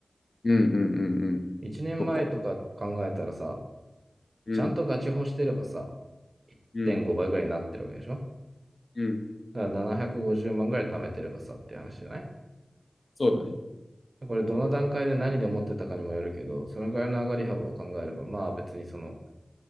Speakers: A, on the left; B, on the right.
A: うんうんうんうん。
B: 1年前とか考えたらさ、
A: そっか。うん
B: ちゃんとガチホしてればさ、1.5倍ぐらいになってるわけでしょ
A: うんうん。
B: だから750万ぐらい貯めてればさっていう話じゃない
A: そうだね。
B: これどの段階で何で持ってたかにもよるけど、そのぐらいの上がり幅を考えれば、まあ別にその、